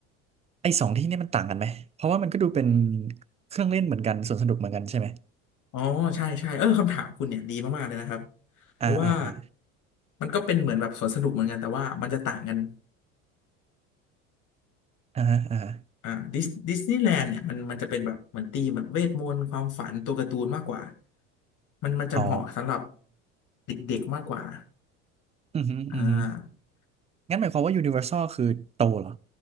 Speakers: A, on the right; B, on the left.
A: ไอ้สองที่นี่มันต่างกันไหมเพราะว่ามันก็ดูเป็นเครื่องเล่นเหมือนกันสวนสนุกเหมือนกันใช่ไหม
B: อ๋อใช่ใช่เออคำถามคุณเนี่ยดีมากๆเลยนะครับเพราะว่า
A: อ่าอ่าอ่า
B: มันก็เป็นเหมือนแบบสวนสนุกเหมือนกันแต่ว่ามันจะต่างกัน
A: อ่าฮะอ่าฮะ
B: อ่าดิสดิสนีย์แลนด์เนี่ยมันมันจะเป็นแบบเหมือนธีมแบบเวทมนต์ความฝันตัวการ์ตูนมากกว่ามันมันจะเหมาะสำหรับ
A: อ๋อ
B: เด็กๆมากกว่า
A: อือฮึอือฮึ
B: อ่า
A: งั้นหมายความว่ายูนิเวอร์แซลคือโตเหรอ